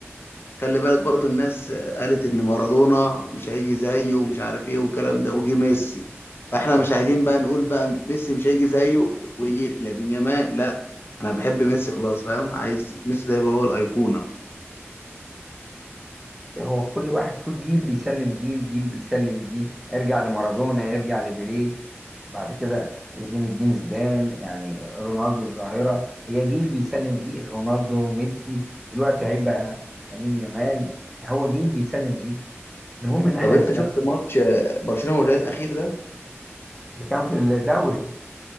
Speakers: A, on the left; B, in the centre.
A: خلي بالك برضو الناس قالت ان مارادونا مش هيجي زيه ومش عارف ايه والكلام ده وجه ميسي فاحنا مش عايزين بقى نقول بقى ميسي مش هيجي زيه ويجي لامين يامال لا انا بحب ميسي خلاص فاهم عايز ميسي ده يبقى هو الايقونه
B: هو كل واحد فيه جيل بيسلم جيل جيل بيسلم جيل ارجع لمارادونا ارجع لبيليه بعد كده زين الدين زيدان يعني رونالدو الظاهرة هي جيل بيسلم جيل رونالدو ميسي دلوقتي هيبقى لامين يامال هو جيل بيسلم جيل المهم ان احنا
A: طب انت
B: نستمتع
A: شفت ماتش برشلونه والريال الاخير ده
B: اللي كان في الدوري